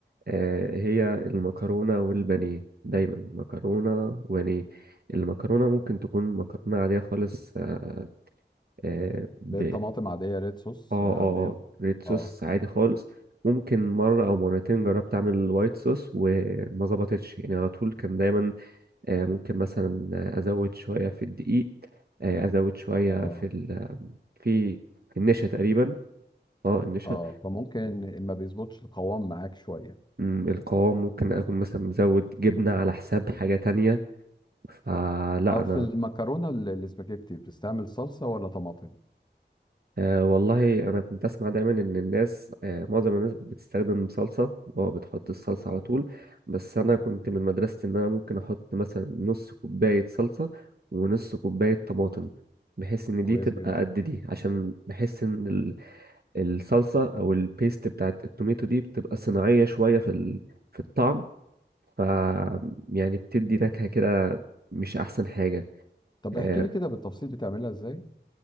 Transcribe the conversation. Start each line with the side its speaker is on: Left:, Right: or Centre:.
Right: آه، هي المكرونة والبانيه دايما مكرونة وبانيه المكرونة ممكن تكون مكرونة عادية خالص آه آه، ب
Left: بالطماطم عاديه ريد صوص
Right: اه
Left: آه، عاديه
Right: اه آه،
Left: خالص
Right: ريد صوص
Left: اه
Right: عادي خالص ممكن مرة أو مرتين جربت أعمل الوايت صوص وما ظبطتش يعني على طول كان دايما آه، ممكن مثلا أزود شوية في الدقيق آه، أزود شوية
Left: اه
Right: في ال في في النشا تقريبا اه النشا
Left: اه فممكن ما بيظبطش القوام معاك شويه
Right: مم، القوام ممكن أكون مثلا مزود جبنة على حساب حاجة تانية فلا
Left: طب
Right: انا
Left: في المكرونه ال- الاسباجيتي بتستعمل صلصه ولا طماطم
Right: آه والله انا كنت اسمع دايما ان الناس آه معظم الناس بتستخدم صلصه اللي هو بتحط الصلصه على طول بس انا كنت من مدرسه ان انا ممكن احط مثلا نص كوبايه صلصه ونص كوبايه طماطم بحيث ان
Left: كويس
Right: دي تبقى
Left: جدا
Right: قد دي عشان بحس ان ال- الصلصه او البيست بتاعت التوميتو دي بتبقى صناعيه شويه في ال- في الطعم ف يعني بتدي نكهه كده مش احسن حاجه
Left: طب
Right: آه
Left: احكي لي كده بالتفصيل بتعملها ازاي